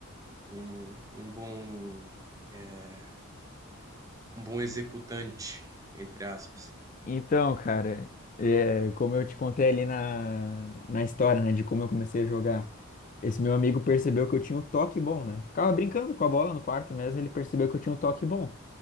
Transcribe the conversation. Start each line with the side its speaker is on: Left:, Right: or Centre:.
Right: um, um bom, é, um bom executante, entre aspas?
Left: Então, cara, é, como eu te contei ali na, na história, né, de como eu comecei a jogar, esse meu amigo percebeu que eu tinha um toque bom, né? Ficava brincando com a bola no quarto mesmo, ele percebeu que eu tinha um toque bom.